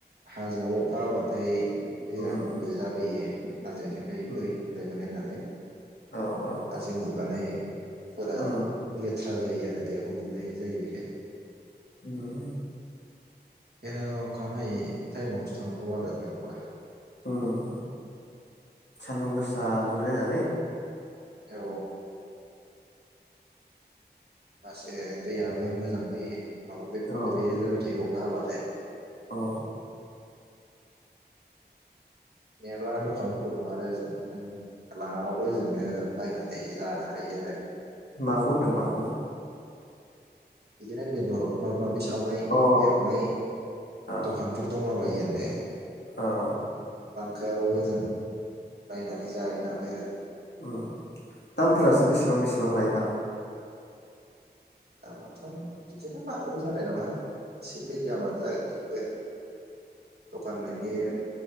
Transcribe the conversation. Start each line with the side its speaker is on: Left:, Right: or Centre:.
Right: हाजोआव अखा हाब्लाथाय दैया
Left: उम
Right: गुबुंंले जाबोयो। हाजोनिफ्राय
Left: उम
Right: बोहैबोनाय नालाय
Left: औ औ
Right: हाजो
Left: औ
Right: गुगानायफोरा
Left: उम
Right: लेथ्रा जायो आरो दैया गुबुंले जायो आरो बेखायनो।
Left: उम
Right: बेंखायनो अखा हायै टाइमावसो थांनांगौ आरो थांनोबा
Left: उम सान्दुं गोसा दुंनाय नायनानै
Right: औ होनबासो दैयाबो मोजां फैयो। माबा बे गुबुंले
Left: औ
Right: जाबाय थायो औ। अखा हाबाथाय
Left: औ
Right: मेरला दखानफोरबो दं आरो ओजोंनो लाङाबाबो ओजोंनो बायनानै जानो हायो आरो
Left: माखौ होनदों माखौ
Right: बेदिनो बेदर माबा माबि सावनाय
Left: औ
Right: एवनाय
Left: औ
Right: दखानफोर दंलाबायो आरो। दे
Left: औ
Right: खायाबो जों बायनानै जाहै नां बेराय
Left: उ दामफोरासो बेसेबां बेसेबां लायोबा
Right: दामाथ बिदिनो बांद्राय जानाय नङा एसे मिडियामानो जागोन बेखौबो दखान होननायनि